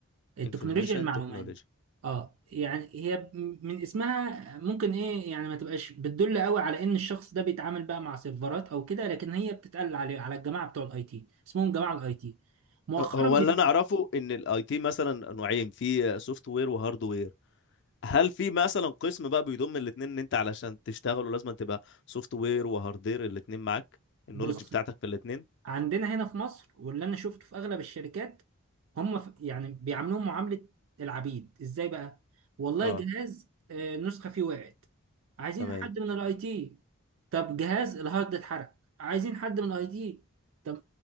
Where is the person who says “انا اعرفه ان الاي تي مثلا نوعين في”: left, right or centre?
Left